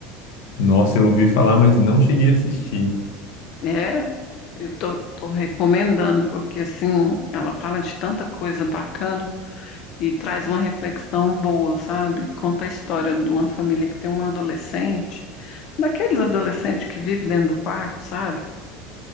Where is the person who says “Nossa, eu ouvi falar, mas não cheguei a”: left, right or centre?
Left